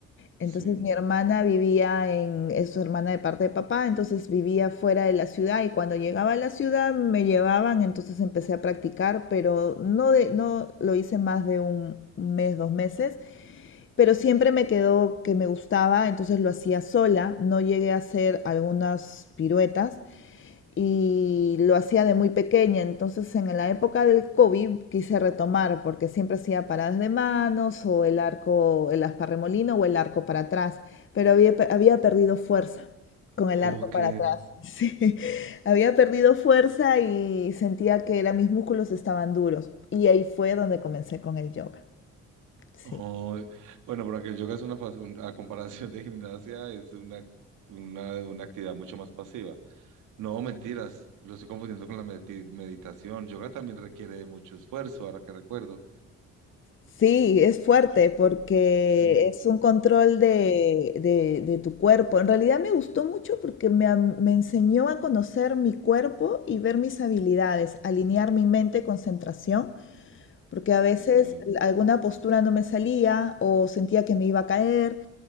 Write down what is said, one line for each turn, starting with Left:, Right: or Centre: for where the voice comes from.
Left: Entonces
Right: Sí.
Left: mi hermana vivía en, es su hermana de parte de papá, entonces vivía fuera de la ciudad y cuando llegaba a la ciudad me llevaban, entonces empecé a practicar, pero no, de, no lo hice más de un mes, dos meses, pero siempre me quedó que me gustaba, entonces lo hacía sola, no llegué a hacer algunas piruetas, y lo hacía de muy pequeña. Entonces, en la época del COVID quise retomar porque siempre hacía paradas de manos o el arco, el asparremolino o el arco para atrás, pero había, había perdido fuerza con el
Right: Ok.
Left: arco para atrás. <laughs> Sí, había perdido fuerza y sentía que era- mis músculos estaban duros. Y ahí fue donde comencé con el yoga. Sí.
Right: Oh, bueno, pero aunque el yoga es una, pas- un- a comparación de gimnasia, es una, una, una actividad mucho más pasiva. No, mentiras, lo estoy confundiendo con la medi- meditación. Yoga también requiere de mucho esfuerzo, ahora que recuerdo.
Left: Sí, es fuerte porque
Right: Sí,
Left: es un control de, de- de tu cuerpo. En realidad me gustó mucho porque me, am- me enseñó a conocer mi cuerpo y ver mis habilidades, alinear mi mente, concentración porque a veces
Right: ok,
Left: alguna postura no me salía o sentía que me iba a caer.